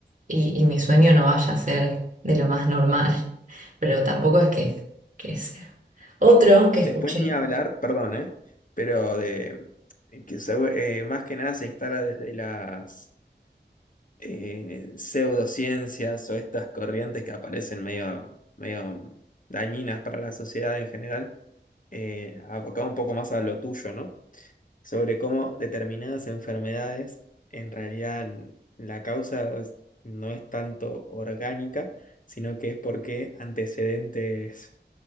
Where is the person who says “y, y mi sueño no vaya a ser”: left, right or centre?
Right